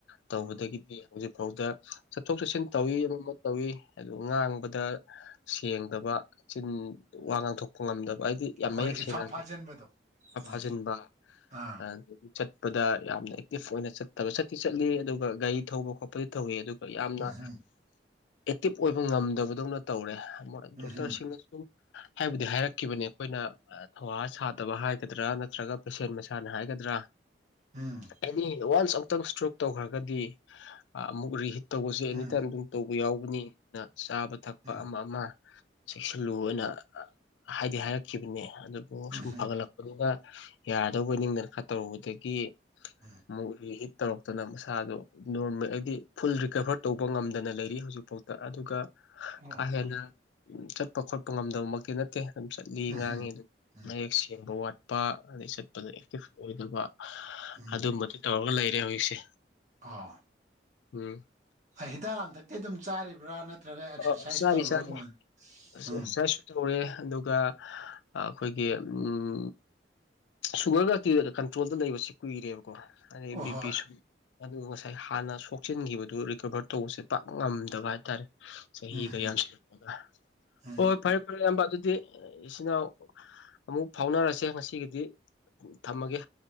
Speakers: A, on the left; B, on the right.
A: ꯇꯧꯕꯗꯒꯤꯗꯤ
B: ꯎꯝ
A: ꯍꯧꯖꯤꯛ ꯐꯥꯎꯗ ꯆꯠꯊꯣꯛ ꯆꯠꯁꯤꯟ ꯇꯧꯋꯤ ꯑꯃꯃꯨꯛ ꯇꯧꯏ ꯑꯗꯨ ꯉꯥꯡꯕꯗ ꯁꯦꯡꯗꯕ ꯆꯤꯟ ꯋꯥ ꯉꯥꯡꯊꯣꯛꯄ ꯉꯝꯗꯕ ꯍꯥꯏꯗꯤ ꯌꯥꯝ
B: ꯍꯣꯏ
A: ꯃꯌꯦꯛ
B: ꯏꯐꯥ
A: ꯁꯦꯡꯅ
B: ꯐꯥꯖꯤꯟꯕꯗꯣ ꯎꯝ
A: ꯐꯥꯖꯤꯟꯕ
B: ꯑꯥ
A: ꯑꯗꯒꯤ ꯆꯠꯄꯗ ꯌꯥꯝꯅ ꯑꯦꯛꯇꯤꯞ ꯑꯣꯏꯅ ꯆꯠꯇꯕ ꯆꯠꯈꯤ ꯆꯠꯂꯤ ꯑꯗꯨꯒ ꯒꯥꯔꯤ ꯊꯧꯕ ꯈꯣꯠꯄ ꯗꯤ ꯇꯧꯋꯤ ꯑꯗꯨꯒ ꯌꯥꯝꯅ
B: ꯎꯝ ꯎꯝ
A: ꯑꯦꯛꯇꯤꯚ ꯑꯣꯏꯕ ꯉꯝꯗꯕꯗꯧꯅ ꯇꯧꯔꯦ ꯑꯃ
B: ꯎꯝ
A: ꯗꯣꯛꯇꯔꯁꯤꯡꯅꯁꯨ ꯍꯥꯏꯕꯨꯗꯤ ꯍꯥꯏꯔꯛꯈꯤꯕꯅꯦ ꯑꯩꯈꯣꯏꯅ ꯑ ꯊꯧꯋꯥ ꯁꯥꯗꯕ ꯍꯥꯏꯒꯗ꯭ꯔꯥ ꯅꯠꯇ꯭ꯔꯒ ꯄꯦꯁꯦꯟ ꯃꯁꯥꯅ ꯍꯥꯏꯒꯗ꯭ꯔꯥ
B: ꯎꯝ
A: ꯑꯦꯅꯤ ꯋꯥꯟꯁ ꯑꯃꯨꯛꯇꯪ ꯏꯁꯇ꯭ꯔꯣꯛ ꯇꯧꯈ꯭ꯔꯒꯗꯤ ꯑꯃꯨꯛ ꯔꯤꯍꯤꯠ ꯇꯧꯕꯁꯦ ꯑꯦꯅꯤꯇꯥꯏꯝ
B: ꯎꯝ
A: ꯑꯗꯨꯝ ꯇꯧꯕ ꯌꯥꯎꯒꯅꯤ ꯅ ꯆꯥꯕ ꯊꯛꯄ
B: ꯎꯝ
A: ꯑꯃ ꯑꯃ ꯆꯦꯛꯁꯤꯜꯂꯨꯅ ꯑ ꯍꯥꯏꯗꯤ ꯍꯥꯏꯔꯛꯈꯤꯕꯅꯦ ꯑꯗꯨꯕꯨ
B: ꯎꯝ
A: ꯁꯨꯝ ꯐꯒꯠꯂꯛ ꯑꯗꯨꯒ ꯌꯥꯔꯗꯧꯕꯣꯏ ꯅꯤꯡꯗꯅ ꯈꯔ ꯇꯧꯔꯨꯕꯗꯒꯤ
B: ꯎꯝ
A: ꯑꯃꯨꯛ ꯔꯤ ꯍꯤꯠ ꯇꯧꯔꯛꯇꯅ ꯃꯁꯥꯗꯣ ꯅꯣꯔꯃꯦꯜ ꯍꯥꯏꯗꯤ ꯐꯨꯜ ꯔꯤꯀꯕꯔ ꯇꯧꯕ ꯉꯝꯗꯅ ꯂꯩꯔꯤ ꯍꯧꯖꯤꯛꯐꯥꯎꯗ ꯑꯗꯨꯒ
B: ꯑꯣ
A: ꯀꯥ ꯍꯦꯟꯅ ꯆꯠꯄ ꯈꯣꯠꯄ ꯉꯝꯗꯕꯃꯛꯇꯤ ꯅꯠꯇꯦ ꯑꯗꯨꯝ ꯆꯠꯂꯤ
B: ꯎꯝ
A: ꯉꯥꯡꯉꯤ ꯑꯗꯨꯝ
B: ꯎꯝ
A: ꯁꯦꯡꯕ ꯋꯥꯠꯄ ꯑꯗꯩ ꯆꯠꯄꯗ ꯑꯦꯛꯇꯤꯚ ꯑꯣꯏꯗꯕ
B: ꯎꯝ
A: ꯑꯗꯨꯝꯕꯗꯨ ꯇꯧꯔꯒ ꯂꯩꯔꯦ ꯍꯧꯖꯤꯛꯁꯦ
B: ꯑꯣ
A: ꯎꯝ
B: ꯍꯩ ꯍꯤꯗꯥꯛ ꯂꯥꯡꯊꯛꯇꯤ ꯑꯗꯨꯝ ꯆꯥꯔꯤꯕ꯭ꯔꯥ ꯅꯠ ꯅꯠꯇ꯭ꯔꯒ ꯑꯦꯛꯁꯔꯁꯥꯏꯁ
A: ꯑ ꯆꯥꯔꯤ
B: ꯇꯧꯔꯨꯔꯒ
A: ꯆꯥꯔꯤ
B: <unintelligible>
A: ꯑꯦꯛꯁꯔꯁꯥꯏꯁꯁꯨ
B: ꯎꯝ
A: ꯇꯧꯔꯦ ꯑꯗꯨꯒ ꯑ ꯑꯩꯈꯣꯏꯒꯤ ꯎꯝ ꯁꯨꯒꯔ ꯒꯥꯛꯇꯤ ꯀꯟꯇ꯭ꯔꯣꯜꯗ ꯂꯩꯕꯁꯤ ꯀꯨꯏꯔꯦꯕꯀꯣ ꯑꯗꯩ
B: ꯑꯣ
A: ꯕꯤ
B: ꯍꯣꯏ
A: ꯄꯤ ꯁꯨ ꯑꯗꯨꯒ ꯉꯁꯥꯏ ꯍꯥꯟꯅ ꯁꯣꯛꯆꯤꯟꯈꯤꯕꯗꯨ ꯔꯤꯀꯕꯔ ꯇꯧꯕꯁꯦ ꯄꯥꯛ ꯉꯝꯗꯕ ꯍꯥꯏꯇꯥꯔꯦ ꯆꯍꯤꯒ
B: ꯎꯝ ꯎꯝ
A: ꯌꯥꯝꯁꯤꯜꯂꯛꯄꯒ
B: ꯎꯝ
A: ꯍꯣꯏ ꯐꯔꯦ ꯐꯔꯦ ꯏꯌꯥꯝꯕ ꯑꯗꯨꯗꯤ ꯏꯆꯤꯟ ꯏꯅꯥꯎ ꯑꯃꯨꯛ ꯐꯥꯎꯅꯔꯁꯦ ꯉꯁꯤꯒꯤꯗꯤ ꯊꯝꯃꯒꯦ